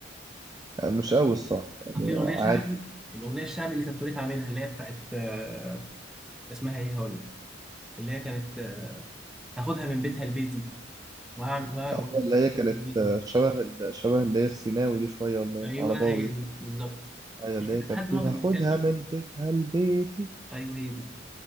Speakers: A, on the right; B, in the centre.
A: يعني مش قوي الصراحه يعني
B: طب في اغنيه شعبي
A: عادي
B: الاغنيه الشعبي اللي كانت تريد عاملها اللي هي بتاعت آه، اسمها ايه هقول لك اللي هي كانت آه، هاخدها من بيتها لبيتي وهعمل وه-
A: أما
B: وه-
A: اللي هي كانت
B: من بيتي
A: آه، شبه ال- شبه اللي هي السيناوي دي شويه ولا
B: ايوه
A: العرباوي
B: هي
A: دي
B: دي
A: شوية.
B: بالظبط
A: ايوه
B: يعني
A: اللي
B: كده
A: هي كانت
B: لحد
A: بتقول
B: ما هو كان
A: هاخدها
B: بيتكلم شعبي
A: من بيتها لبيتي
B: ايوه هي دي